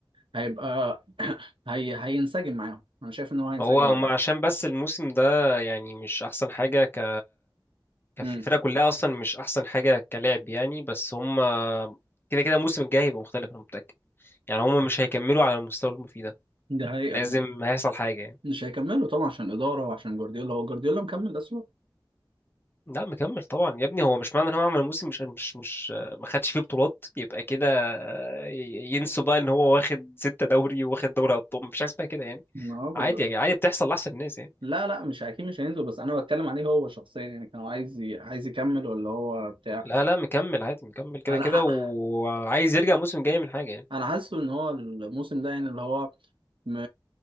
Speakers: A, on the right; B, on the left.
A: هيبقى <coughs> <clears throat> هي... هينسجم معاهم انا شايف ان هو هينسجم
B: هو هم
A: معاهم
B: عشان بس الموسم ده يعني مش احسن حاجه ك... كف-
A: امم
B: الفرقه كلها اصلا مش احسن حاجه كلاعب يعني بس هم كده كده الموسم الجاي هيبقى مختلف انا متاكد يعني هم مش هيكملوا على المستوى اللي هم فيه ده
A: ده حقيقه
B: لازم هيحصل حاجه يعني
A: مش هيكملوا طبعا عشان الاداره وعشان جوارديولا هو جوارديولا مكمل اسوء
B: لا مكمل طبعا يا ابني هو مش معنى ان هو عمل موسم مش مش مش ما خدش فيه بطولات يبقى كده ي- ينسوا بقى ان هو واخد ستة دوري وواخد دوري ابطال مفيش حاجه اسمها كده يعني
A: اه بالظبط
B: عادي يعني عادي بتحصل لاحسن الناس يعني
A: لا لا مش اكيد مش هينزل بس انا بتكلم عليه هو شخصيا يعني كان هو عايز ي- عايز يكمل ولا هو بتاع
B: لا لا مكمل عادي مكمل كده
A: انا
B: كده
A: ح...
B: وعايز يرجع الموسم الجاي من حاجه يعني
A: انا حاسه ان هو الموسم ده يعني اللي هو م...